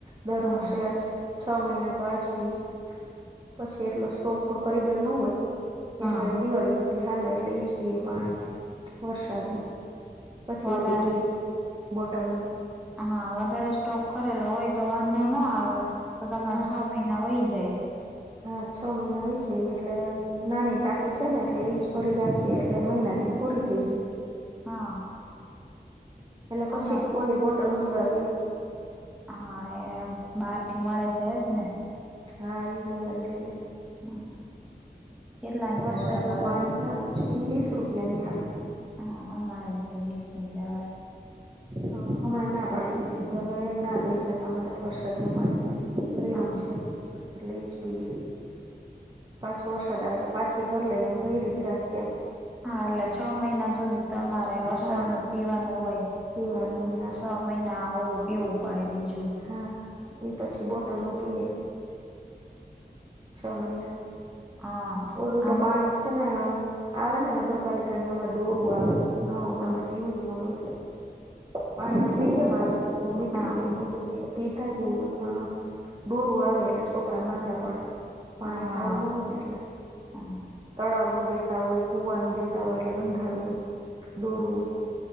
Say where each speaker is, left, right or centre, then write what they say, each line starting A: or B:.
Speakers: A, on the right (about 25°); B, in the centre.
A: દર
B: હા
A: વર્ષે આજ છ મહિના તો આજ પીએ. પછી એટલો સ્ટોક તો કરી ગયેલ ન હોય.
B: હા
A: એટલે દિવાળી હુધી હાલે એટલે ઈજ પીએ પાણી જ વરસાદનું. પછી
B: વધારે
A: ઓલું પી બોટલનું.
B: હા વધારે સ્ટોક કરેલો હોય તો વાંધો ના આવે. તો તમારે
A: હા
B: છ મહિના વહી જાય.
A: હા છ મહિના વહી જાય એટલે નાની ટાંકી છે ને એટલે ઈજ ભરી રાખીએ એટલે મહિના દીમાં પૂરી થઈ જાય.
B: હા
A: એટલે પછી
B: અમાર
A: ઓલી બોટલ મગાવીએ.
B: હા એ બહારથી મળે છે એજ ને?
A: હા ઈ મગાવી લઈએ.
B: હમ કેટલાની
A: વરસાદનું
B: બોટલ આવે
A: પાણી સારું છે. ઈ વીસ રૂપિયાની આવે.
B: હા અમારે એ તે વીસ ની જ આવે.
A: હહ હમણાં ના પાડી દીધી કે હવે ના દઈ જાતા. અમારે તો વરસાદનું પાણી ભયરું
B: હા
A: જ છે. એટલે ઈજ પીએ. પાછો વરસાદ આવે એટલે પાછી ભર લઈ અમ ભયરી જ રાખીએ.
B: હા એટલે છ મહિના સુધી તમારે વરસાદનું
A: હા
B: જ પીવાનું હોય.
A: પીવાનું હોય હા.
B: છ મહિના ઓલું પીવું પડે બીજું.
A: હા ઈ પછી બોટલનું પીએ. છ મહિના.
B: હા
A: ઓલું
B: આમ
A: તો પાણી છે ને આવે ને નગરપાલિકાની અમાર ડોરું આવે. નાહો ગમે
B: હા
A: પીવું એ નો ગમે. પાણી આમ મીડિયમ આવે બહુ મીઠુંએ
B: હા
A: નહીં ને ઓલું એ નહીં. પીધા જેવું હોય પણ ડોરું આવે એટલે છોકરા માંદા પડે. પાણી
B: હા
A: હારું ન હોય ને એટલે.
B: હમ
A: તળાવનું દેતા હોય, કુવાનું દેતા હોય, એટલે ગંધારું હોય, ડોરું હોય.